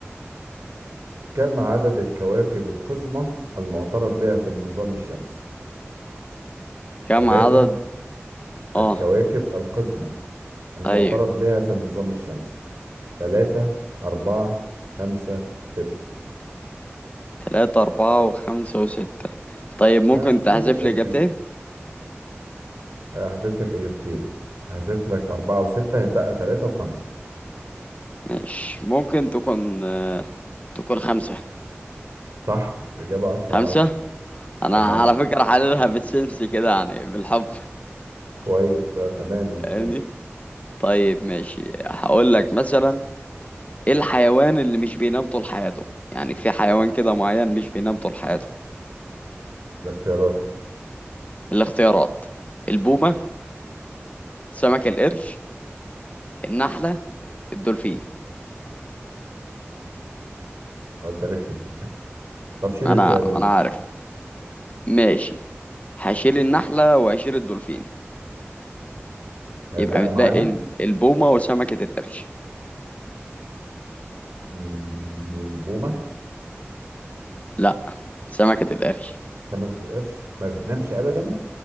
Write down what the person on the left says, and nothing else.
كم
عدد اه
ايوه
تلاتة أربعة وخمسة وستة طيب ممكن
تحذف
لي إجابتين
ماشي ممكن تكون آه، تكون خمسة
خمسة
أنا
على فكرة حللها بالسنس كده يعني بالحب
فاهمني طيب ماشي هقول لك مثلا ايه الحيوان اللي مش بينام طول حياته يعني في حيوان كده معين مش بينام طول حياته
الاختيارات البومة سمك القرش النحلة الدولفين
ما
انا ما انا عارف ماشي هشيل النحلة وهشيل الدولفين
يبقى متبقي
ال- البومة وسمكة القرش
لا سمكة القرش